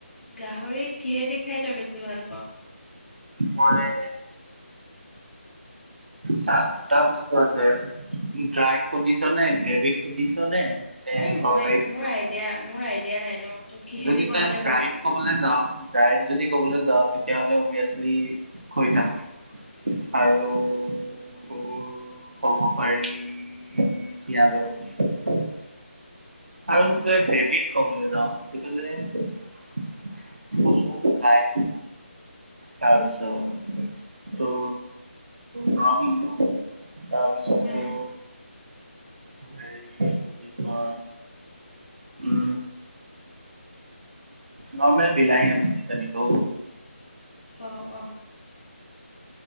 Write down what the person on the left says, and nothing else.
গাহৰি কিহেদি খাই তই বেছি ভাল পাও
উ
এই
মই
মোৰ আইডিয়া মোৰ আইডিয়া নাই ন তই কিহেদি
বনালে
ভাল
পাও
উ।
উম
<unintelligible>
অ অ।